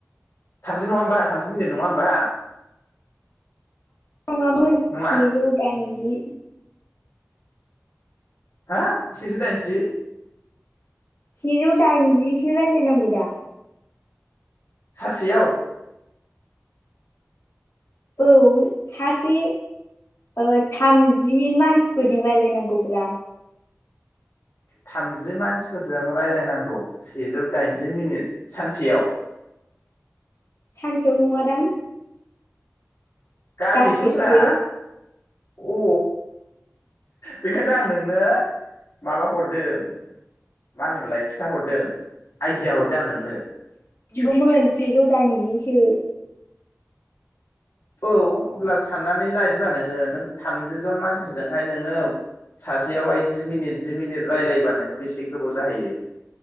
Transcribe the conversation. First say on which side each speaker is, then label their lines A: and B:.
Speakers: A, on the left; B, on the left.
A: थामजि नङा हबा थामजि मिनिट नङा होमबा।
B: नङामोन
A: नङा
B: सेजौ दाइनज। जि।
A: हा सेजौ दायनजि।
B: सेजौ दायनजिसो रायज्लाय नांगौ। दा।
A: सासेयाव।
B: औ सासे ओ थामजि मानसिफोर। जों रायजलायनांगौब्रा।
A: थामजि मानसिफोरजों रायलायनांगौ सेजौ दाइनजि मिनिट सानसेयाव।
B: सानसेयाव नङादां।
A: गासैसोब्रा।
B: गासैसो
A: अ बेखायथ' आं नोंनो माबा हरदों मा होनोमोनलाय खिथाहरदों आइदिया हरदों आं नोंनो।
B: नंंगौमोन सेजौ दाइनजिसो।
A: औ अब्ला साननानै लादोब्रा नोङो नों थामजि जन मानसिजोंहाय नोङो सासेयावहाय जि मिनिट जि मिनिट रायलायोबा नोङो बेसे गोबाव जाहैयो